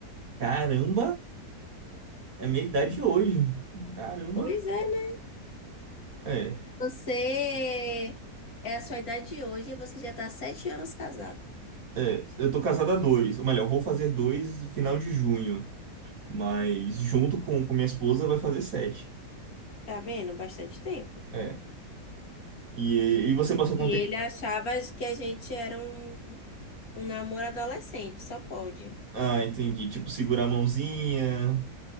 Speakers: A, on the right; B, on the left.
A: Caramba, é a minha idade hoje. Caramba.
B: Pois é, né?
A: É,
B: Você é a sua idade hoje e você já está sete anos casado.
A: é. Eu tô casado há dois. Ou melhor, vou fazer dois no final de junho. Mas junto com, com minha esposa vai fazer sete.
B: Tá vendo? Bastante tempo.
A: É. E, e você passou
B: E
A: quanto
B: ele
A: tempo?
B: achava que a gente era um, um namoro adolescente, só pode.
A: Ah, entendi. Tipo, segurar a mãozinha,